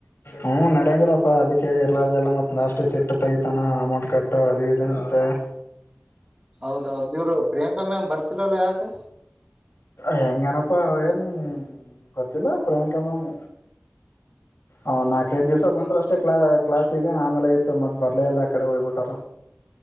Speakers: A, on the left; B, on the right.
A: ಹ್ಮ್ ನಡ್ಯಂಗಿಲಪ್ಪಾ ಅದಕ್ಕೆ ಎಲ್ಲಾರ್ದಲ್ಲ ಮ ಲಾಸ್ಟಿಗೆ ಸಿಟ್ಟ ತಗಿತಾನ ಅಮೌಂಟ್ ಕಟ್ಟು ಅದು ಇದ ಅಂತ. ಹ್ಮ್
B: ಹೌದೌದು ಇವರು ಪ್ರಿಯಾಂಕಾ ಮ್ಯಾಮ್ ಬರ್ತಿಲಲ್ಲ ಯಾಕೆ.
A: ಹೆಂಗನಪ್ಪ ಅವರ ಎನ ಗೋತ್ತಿಲ್ಲಾ ಪ್ರಿಯಾಂಕಾ ಮ್ಯಾಮ್
B: <inaudible>
A: ಅವ್ ನಾಕೈದ ದಿವ್ಸ ಬಂದರ ಅಷ್ಟೇ ಕ್ಲಾ ಕ್ಲಾಸಿಗೆ ಆಮೇಲೆ ಇತ್ತ ಮತ್ತ ಬರ್ಲೇ ಇಲ್ಲ ಆ ಕಡೆ ಹೋಗ್ಬಿಟಾರ.